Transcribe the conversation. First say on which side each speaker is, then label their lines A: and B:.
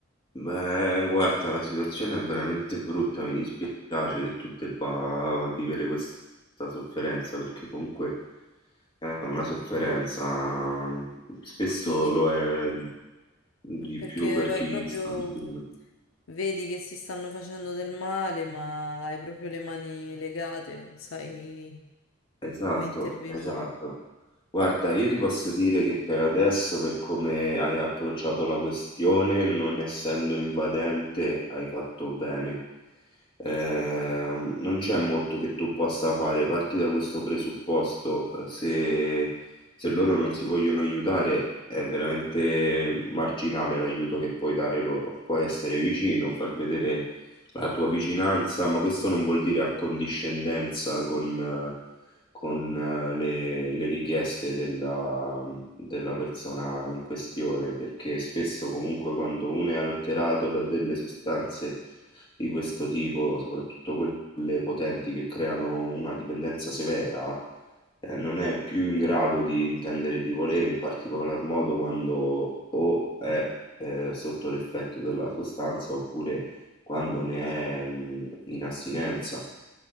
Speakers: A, on the left; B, on the left.
A: Beh, guarda, la situazione è veramente brutta, mi dispiace che tu debba vivere questa sofferenza, perché comunque è una sofferenza, mhmm, spesso
B: Sì.
A: lo è di
B: Perché
A: più per
B: vai
A: chi
B: proprio,
A: sta vicino.
B: vedi che si stanno facendo del male, ma hai proprio le mani legate, non sai
A: Esatto,
B: come intervenire.
A: esatto. Guarda, io ti posso dire che per adesso, per come hai approcciato la questione, non essendo invadente, hai fatto bene. Eh, non c'è molto che tu possa fare. Parti da questo presupposto, eh, se, se loro non si vogliono aiutare, è veramente marginale l'aiuto che puoi dare loro. Puoi essere vicino, far vedere la tua vicinanza, ma questo non vuol dire accondiscendenza con... eh, con eh, le, le richieste della, della persona in questione, perché spesso comunque quando uno è alterato da delle sostanze di questo tipo, soprattutto quelle potenti che creano una dipendenza severa, eh, non è più in grado di intendere e di volere, in particolar modo quando o è eh, sotto l'effetto della sostanza oppure quando ne è mh, in astinenza.